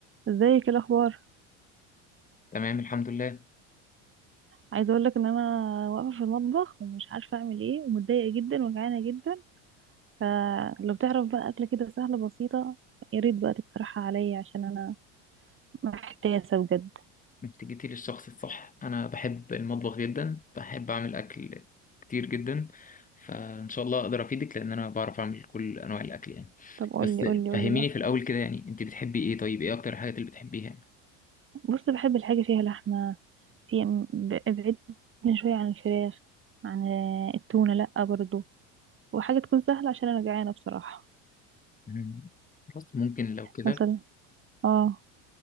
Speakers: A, on the right; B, on the left.
A: ازيك إيه الاخبار
B: تمام الحمد لله
A: عايزه اقول لك ان انا واقفه في المطبخ ومش عارفه اعمل ايه ومتضايقه جدا وجعانه جدا فلو تعرف بقى اكله كده سهله بسيطه يا ريت بقى تقترحها عليا عشان انا محتاسه بجد
B: انت جيتي للشخص الصح انا بحب المطبخ جدا بحب اعمل اكل كتير جدا فان شاء الله اقدر افيدك لان انا بعرف اعمل كل انواع الاكل يعني
A: طب قولي
B: بس
A: قولي قولي
B: فهميني
A: بقى
B: في الاول كده يعني انت بتحبي ايه طيب ايه اكتر الحاجات اللي بتحبيها يعني
A: بص بحب الحاجه فيها لحمه في ب- ابعدني شويه عن الفراخ عن التونه لا برضو وحاجه تكون سهله عشان انا جعانه بصراحه
B: مم. خلاص ممكن لو كده
A: مثلا اه